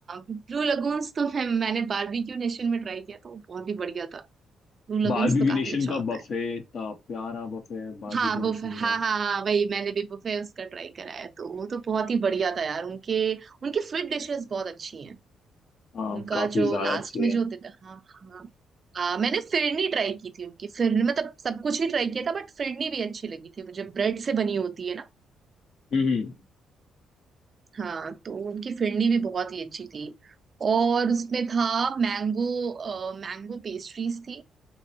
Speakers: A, on the right (about 40°); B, on the left (about 60°).
A: ब्लू लगून्स तो मैं मैंने बारबेक्यू नेशन में ट्राई किया तो बहुत ही बढ़िया था ब्लू लगून्स
B: बारबेक्यू
A: तो काफी
B: नेशन
A: अच्छा
B: का
A: होता
B: बफे
A: है
B: इतना प्यारा बफे है बारबेक्यू
A: हाँ बुफे
B: नेशन
A: हाँ
B: का
A: हाँ हाँ वही मैंने भी बुफे उसका ट्राई करा है तो वो तो बहुत ही बढ़िया था यार उनके उनकी स्वीट डिशेस बहुत अच्छी हैं
B: हाँ
A: उनका
B: काफी
A: जो
B: ज्यादा
A: लास्ट
B: अच्छे है
A: में जो होते थे हाँ हाँ हाँ। आ, मैंने फिरनी ट्राई की थी उनकी फिरनी मतलब सब कुछ ही ट्राई किया था बट फिरनी भी अच्छी लगी थी मुझे ब्रेड से बनी होती है ना
B: हम्म
A: हाँ तो उनकी फिरनी भी बहुत ही अच्छी थी और उसमें था मैंगो मैंगो पेस्ट्रीज थी